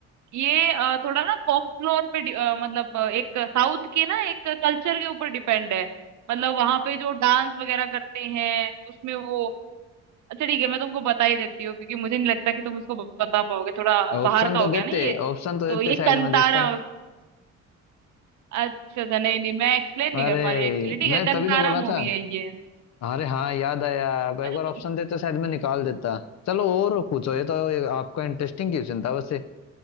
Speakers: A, on the right; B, on the left.
A: ये अ, थोड़ा ना फ्लोर पे डि- अ, मतलब अ, एक साउथ के ना एक कल्चर के ऊपर डिपेंड है मतलब वहां पे जो डांस वगैरह करते हैं उसमें वो अच्छा ठीक है मैं तुमको बता ही देती हूँ क्योंकि मुझे नहीं लगता कि तुम उसको बता पाओगे थोड़ा
B: ऑप्शन
A: बाहर का
B: तो
A: हो गया
B: देते
A: ना ये
B: ऑप्शन तो
A: तो
B: देते
A: ये
B: शायद
A: कंतारा
B: मैं देखता
A: अच्छा अच्छा नहीं नहीं मैं एक्सप्लेन नहीं
B: अरे
A: कर पा रही एक्चुअली ठीक है
B: मैं तभी
A: कंतारा
B: तो बोला
A: मूवी
B: था
A: है ये
B: अरे हाँ याद आया आप एक
A: अच्छा
B: बार ऑप्शन
A: तो
B: देते शायद मैं निकाल देता चलो और पूछो ये तो ये आपका इंटरेस्टिंग क्वेश्चन था वैसे